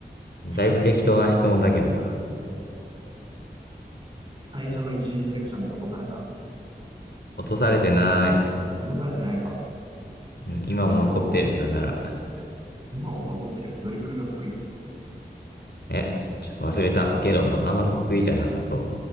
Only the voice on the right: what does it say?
<laughs>
最初の一次セレクションで落とされた。
落とされてないか。
えっと、
今も残ってる。ドリブルが得意。